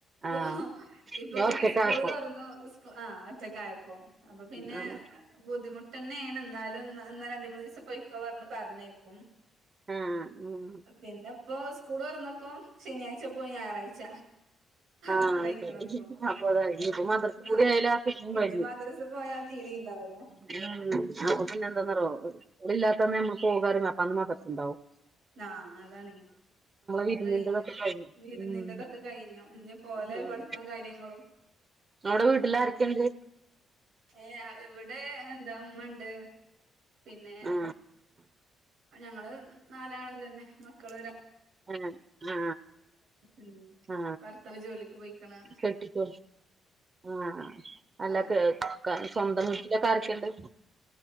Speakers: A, on the right; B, on the right.
A: ആഹ്
B: ഓ ഇപ്പൊ പിന്നെ
A: ഒറ്റക്കായപ്പോ
B: സ്കൂള് തൊറന്നു സ്കു ആ ഇപ്പം. അപ്പ പിന്നെ
A: ആഹ്
B: ബുദ്ധിമുട്ടന്നേണ് ഇന്നാലും ഇന്ന ഇന്നാ രണ്ട്മൂന്നീസം പൊയ്ക്കോ പറഞ്ഞു. പറണേക്കും.
A: ആഹ് ആഹ്
B: പിന്നെപ്പോ സ്കൂള് തൊറന്നപ്പോ, ശനിയാഴ്ച പോയി ഞായറാഴ്ച.
A: ആഹ്
B: അത്രയ്ക്ക്ണ്പ്പോ
A: അത് ശരി അപ്പൊ അതായി
B: ഇഞ്ഞും
A: ഇനിയിപ്പോ മദ്രസ
B: ആ
A: കൂടി ആയാല് സുഖം
B: ഇഞ്
A: കഴിഞ്ഞ്
B: മദ്രസക്കോയാ തീരീണ്ടാവൂല.
A: <unintelligible> അപ്പൊ പിന്നെ എന്താന്നറിയോ സ്കൂളില്ലാത്തന്ന് നമ്മള് പോകാറിമ്പൊ അപ്പ അന്ന് മദർ സ്ണ്ടാവും.
B: ആ അതാണെയ്, അത്
A: വിരുന്നിന്റെതൊക്കെ
B: കയിഞ്ഞു
A: കഴിഞ്ഞു
B: വിരുന്നിൻ്റതൊക്കെ
A: ഉം
B: കയിഞ്ഞു. ഇഞ്ഞിപ്പോലെ
A: ഉം
B: പഠിത്തോം കാര്യങ്ങളും
A: അവിടെ വീട്ടിലാരൊക്കെണ്ട്
B: അത് നോക്കിങ്ങ ഏ ഇവിടെ എന്താ ഇമ്മണ്ട്, പിന്നെ
A: ആ
B: ഞങ്ങള് നാലാളും തന്നെ മക്കള് ര
A: ഏഹ്, ആ,
B: ഉം
A: ആ, ആ
B: ഭർത്താവ് ജോലിക്ക് പോയിക്കണ്
A: കെട്ടിക്കോ ആഹ് അല്ല
B: ആ
A: കേൾക്കാൻ സ്വന്തം വീട്ടിലൊക്കെ ആരൊക്കെണ്ട്?